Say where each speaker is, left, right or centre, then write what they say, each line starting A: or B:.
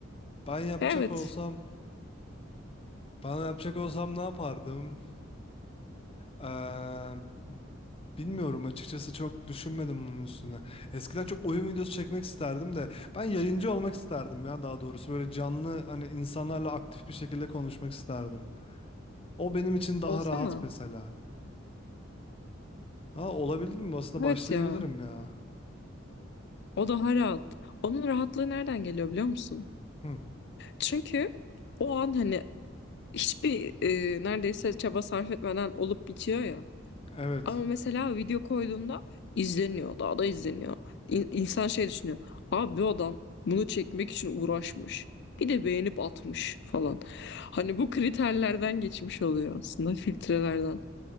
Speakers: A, on the left; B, on the left.
A: Ben yapacak
B: Evet.
A: olsam Bana yapacak olsam ne yapardım? Eee, bilmiyorum açıkçası çok düşünmedim bunun üstüne. Eskiden çok oyun videosu çekmek isterdim de ben yayıncı olmak isterdim ya daha doğrusu. Böyle canlı hani insanlarla aktif bir şekilde konuşmak isterdim. O benim için daha
B: Olsana.
A: rahat mesela. Ha, olabilir mi? Aslında
B: Evet
A: başlayabilirim
B: ya.
A: ya.
B: O daha rahat. Onun rahatlığı nereden geliyor biliyor musun?
A: Hı,
B: Çünkü o an hani hiçbir e, neredeyse çaba sarf etmeden olup bitiyor ya.
A: evet.
B: Ama mesela video koyduğunda izleniyor. Daha da izleniyor. İn- İnsan şey düşünüyor. Abi bu adam bunu çekmek için uğraşmış. Bir de beğenip atmış falan. Hani bu kriterlerden geçmiş oluyor aslında filtrelerden.